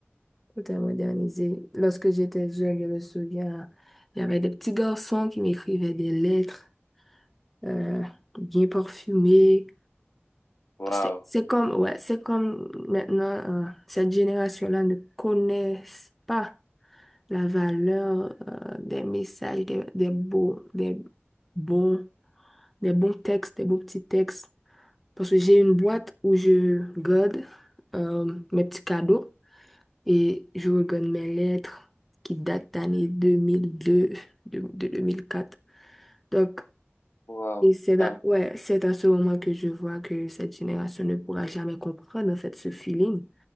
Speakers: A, in the centre; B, on the left (about 55°).
A: Tout est modernisé. Lorsque j'étais jeune, je me souviens, il y avait des petits garçons qui m'écrivaient des lettres. euh, bien parfumé.
B: Waouh,
A: C'est c'est comme, ouais, c'est comme maintenant, euh, cette génération-là ne connaissent pas la valeur euh, des messages, des, des beaux, des bons, des bons textes, des beaux petits textes. Parce que j'ai une boîte où je garde euh, mes petits cadeaux et je regarde mes lettres qui datent d'année 2002 de, de deux mille quatre Donc,
B: waouh,
A: Et c'est
B: Là,
A: à, ouais, c'est à ce moment que je vois que cette génération ne pourra jamais comprendre en fait ce feeling.